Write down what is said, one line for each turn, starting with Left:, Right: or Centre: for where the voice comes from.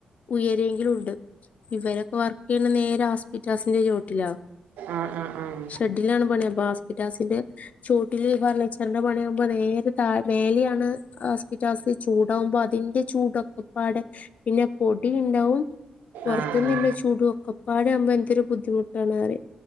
Left: ഉയരേങ്കിലും ഉണ്ട് ഇവരൊക്കെ വർക്ക് ചെയ്യണ നേരെ ആസ്പെറ്റാസിന്റെ ചുവട്ടിലാ
Right: ആഹ് ആഹ് ആഹ്
Left: ഷെഡിലാണ് പണി അപ്പൊ ആസ്പെറ്റാസിന്റെ ചുവട്ടില് ഫർണിച്ചറിന്റെ പണിയകുമ്പോ നേരെ താഴ മേലെയാണ് ആസ്പിറ്റാസ്ചൂടാവുമ്പോ അതിന്റെ ചൂടൊക്കെപ്പാട് പിന്നെ പൊടി ഉണ്ടാവും പുറത്തന്നില്ല
Right: ആഹ്
Left: ചൂട് ഒക്കെപ്പാട ആകുമ്പോ എന്തൊരു ബുദ്ധിമുട്ട് കാണറി